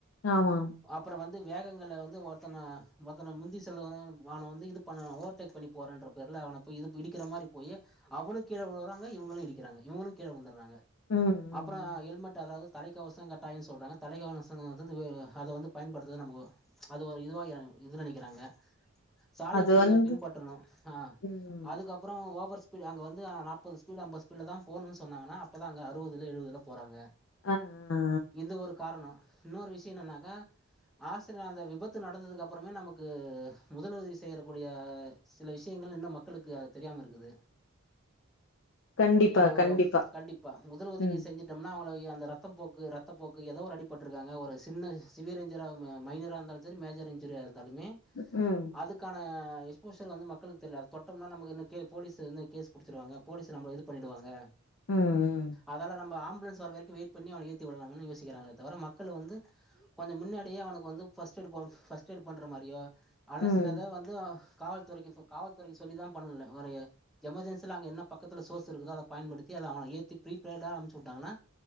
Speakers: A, on the left; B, in the centre.
A: ஆமாம்
B: அப்பறோ வந்து வேகங்கள்ல வந்து ஒருத்தன ஒருத்தன முந்தி செல்ல வ அவன வந்து இது பண்ண ஓவர்டேக் பண்ணி போறேன்ற பேர்ல அவன போயி இது இடிக்கிற மாரி போயி அவனு கீழ விழுறாங்க இவங்களு இடிக்கிறாங்க இவங்களு கீழ உழுந்துட்றாங்க
A: ம்
B: அப்பறோ
A: ம்.
B: ஹெல்மெட் அதாவது தலைக்கவச கட்டாயன்னு சொல்றாங்க தலைக்கவனசனுங்கறது அத வந்து பயன்படுத்துறது நமக்கு அது ஒரு இதுவா யா இது நெனைக்கிறாங்க சாலை
A: அது
B: விதிகளை
A: வந்து
B: பின்பற்றணு ஆ
A: ம்.
B: அதுக்கப்பறோ ஓவர்ஸ் பீடு அங்கவந்து அ நாப்பது ஸ்பீடு அம்பது ஸ்பீட்ல தா போணுன்னு சொன்னாங்கனா அப்ப தா அங்க அறுவதுல எழுவதுல போறாங்க
A: ஆ, ஆ, ஆ.
B: இது ஒரு காரணோ இன்னொரு விஷயம் என்னனாக்கா ஆக்சிரன் அந்த விபத்து நடந்ததுக்கு அப்புறமே நமக்கு முதல்உதவி செய்யறக்கூடிய சில விஷயங்கள் இன்னு மக்களுக்கு அது தெரியாம இருக்குது
A: கண்டிப்பா,
B: இப்ப ஒரு
A: கண்டிப்பா.
B: கண்டிப்பா முதல் உதவி
A: ம்.
B: செஞ்சு ட்டம்னா அவங்களுக்கு அந்த ரத்தம் போக்கு ரத்தப்போக்கு ஏதோ ஒரு அடிபட்டுருக்காங்க ஒரு சின்ன சிவியரிஞ்சர் ம மைனராந்தாலுஞ் சரி மேஜர் இன்சுரியா இருந்தாலுமே
A: ம்க்கும்
B: அதுக்கான எக்ஸ்போஷர் வந்து மக்களுக்கு தெர்ல அது தொட்டம்னா நமக்கு என்ன கேளு போலீஸு வந்து கேஸ் புடிச்சிருவாங்க போலீஸ் நம்மள இது பண்ணிடுவாங்க
A: ம் ம்
B: அதால நம்ம ஆம்புலன்ஸ் வர வரைக்கு வெய்ட் பண்ணி அவன ஏத்தி விடலாமானு யோசிக்கறாங்களே தவிர மக்கள் வந்து கொஞ்சம் முன்னாடியே அவனுக்கு வந்து ஃபஸ்ட்டெய்ட் ஃபஸ்ட்டெய்டு பண்ற மாரியோ ஆனா
A: ம்
B: சிலத வந்து காவல்துறைக்குப்போ காவல்துறைக்கு சொல்லிதா பண்ணுல வர எமர்ஜென்சில அங்க என்ன பக்கத்துல சோர்ஸ் இருக்குதோ அத பயன்டுத்தி அத அவன ஏத்தி ப்ரீபெய்டா அம்ச்சு வுட்டாங்கனா